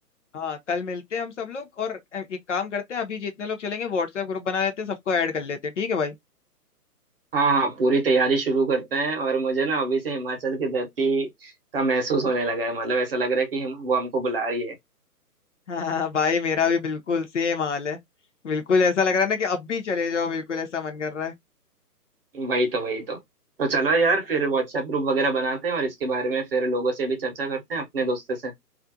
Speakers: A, on the left; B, on the right.
A: हाँ कल मिलते हैं हम सब लोग और एक काम करते हैं अभी जितने लोग चलेंगे व्हाट्सएप ग्रुप बना लेते हैं सबको ऐड कर लेते हैं ठीक है भाई
B: हाँ हाँ पूरी तैयारी शुरू करते हैं और मुझे ना अभी से हिमाचल की धरती का महसूस होने लगा है मतलब ऐसा लग रहा है कि हम, वो हमको बुला रही है
A: <laughs> हाँ भाई मेरा भी बिल्कुल सेम हाल है बिल्कुल ऐसा लग रहा है ना कि अब भी चले जाओ बिल्कुल ऐसा मन कर रहा है
B: वही तो वही तो तो चलो यार फिर व्हाट्सएप ग्रुप वगैरह बनाते हैं और इसके बारे में फिर लोगों से भी चर्चा करते हैं अपने दोस्तों से